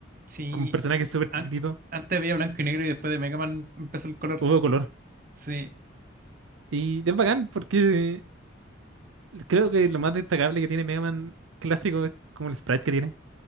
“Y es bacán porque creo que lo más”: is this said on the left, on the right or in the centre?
Right